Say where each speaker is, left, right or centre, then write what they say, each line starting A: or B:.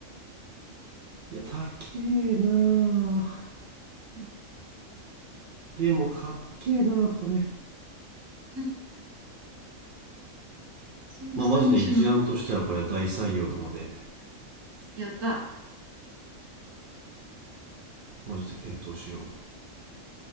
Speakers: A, on the right (about 65°); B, on the right (about 25°).
A: いや、高えなあ
B: うん
A: でも、かっけえなあこれ。
B: うんそんなスタイリッシュなの。
A: まあ、マジで一案としてはこれは大採用なので、
B: やった。
A: マジで検討しよう。